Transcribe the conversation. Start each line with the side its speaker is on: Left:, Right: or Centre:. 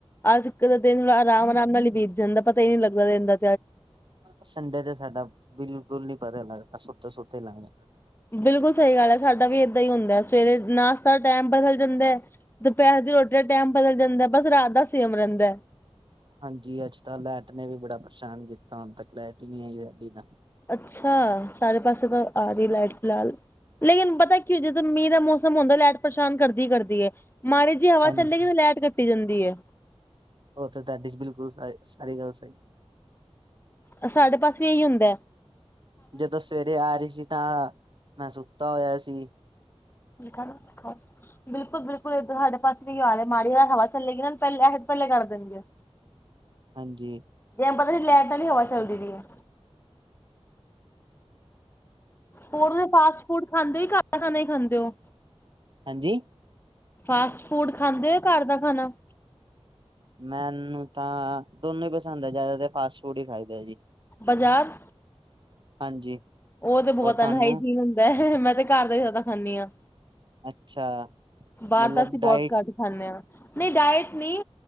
Left: ਆਜ ਕ ਦਿਨ ਰਾ, ਰਾਮ-ਰਾਮ ਨਾਲ ਈ ਬੀਤ ਜਾਂਦਾ ਪਤਾ ਈ ਨੀ ਲੱਗਦਾ ਦਿਨ ਦਾ।
Right: ਸੰਡੇ ਤੇ ਸਾਡਾ, ਬਿਲਕੁਲ ਨੀ ਪਤਾ ਲੱਗਦਾ ਸੁੱਤੇ-ਸੁੱਤੇ ਈ ਲੰਗ ਜਾਦਾਂ।
Left: ਬਿਲਕੁਲ ਸਈ ਗੱਲ ਐ ਸਾਡਾ ਵੀ ਏਦਾਂ ਈ ਹੁੰਦਾ ਐ ਸਵੇਰੇ ਨਾਸ਼ਤਾ ਟਾਈਮ ਬਦਲ ਜਾਂਦਾ ਐ ਦੁਪੈਰ ਦੀ ਰੋਟੀ ਦਾ ਟਾਈਮ ਬਦਲ ਜਾਂਦਾ, ਬਸ ਰਾਤ ਦਾ ਸੇਮ ਰੈਂਦੈ।
Right: ਹਾਂਜੀ, ਅੱਜ ਤਾਂ ਲਾਈਟ ਨੇ ਵੀ ਬੜਾ ਪਰੇਸ਼ਾਨ ਕੀਤਾ ਹੁਨ ਤੱਕ ਲੈਟ ਈ ਨੀ ਆਈ ਸਾਡੇ ਤਾਂ।
Left: ਅੱਛਾ, ਸਾਰੇ ਪਾਸੇ ਤਾਂ ਆ ਰਈ ਲਾਈਟ ਪਲਾਲ। ਲੇਕੀਂ ਪਤਾ ਕੀ ਜਦੋਂ ਮੀਂ ਦਾ ਮੌਸਮ ਹੁੰਦੈ ਲਾਈਟ ਪਰੇਸ਼ਾਨ ਕਰਦੀ-ਕਰਦੀ ਹੈ ਮਾਰੀ ਜੀ ਹਵਾ
Right: ਹਾਂਜੀ
Left: ਚੱਲੇਗੀ ਤਾਂ ਲੈਟ ਕੱਟੀ ਜਾਂਦੀ ਏ।
Right: ਓਥੇ ਤੇ ਤਾਡੀ ਬਿਲਕੁਲ ਸ ਸਾਰੀ ਗੱਲ ਸਈ।
Left: ਅਸਾਡੇ ਪਾਸੇ ਵੀ ਈ ਹੁੰਦੈ।
Right: ਜਦੋਂ ਸਵੇਰੇ ਆ ਰੀ ਸੀ ਤਾਂ, ਮੈਂ ਸੁੱਤਾ ਹੋਏਆ ਸੀ,
Left: <unintelligible> ਬਿਲਕੁਲ-ਬਿਲਕੁਲ ਏਦਰ ਸਾਡੇ ਪਾਸੇ ਵੀ ਆਲੇ ਮਾੜੀ ਹਵਾ ਚੱਲੇਗੀ ਪੈਲੇੇ, ਪੈਲੇ ਕਰ ਦੇਣਗੇ।
Right: ਹਾਂਜੀ।
Left: ਜੈ ਪਤਾ ਨੀ ਲੈਟ ਆਲੀ ਹਵਾ ਚੱਲਦੀ ਪੀ ਆ। ਹੋਰ ਫਾਸਟ ਫੂਡ ਖਾਂਦੇ ਈ ਘਟ ਆ ਨਈ ਖਾਂਦੇ ਓ?
Right: ਹਾਂਜੀ?
Left: ਫਾਸਟ ਫੂਡ ਖਾਂਦੇ ਓ ਯਾ ਘਰ ਦਾ ਖਾਣਾ?
Right: ਮੈਨੂੰ ਤਾਂ, ਦੋਨੋ ਈ ਪਸੰਦ ਆ ਜਾਦਾ ਤਾ ਫਾਸਟ ਫੂਡ ਈ ਖਾਈਦਾ ਜੀ।
Left: ਬਜ਼ਾਰ
Right: ਹਾਂਜੀ।
Left: ਓ ਤੇ ਬੋਤ
Right: ਹੋਰ ਤੁਹਾਨੂੰ
Left: ਅਨਹਾਈਜੀ ਹੁੰਦਾ ਐ ਮੈਂ ਤੇ ਘਰ ਦਾ ਈ ਜਾਦਾ ਖਾਂਨੀ ਆਂ।
Right: ਅੱਛਾ
Left: ਬਾਰ
Right: ਮਤਲਬ
Left: ਤਾਂ ਅਸੀਂ
Right: ਡਾਇਟ
Left: ਬੌਤ ਘੱਟ ਖਾਂਦੇ ਆਂ ਨਈ ਰਾਈਸ ਨੀ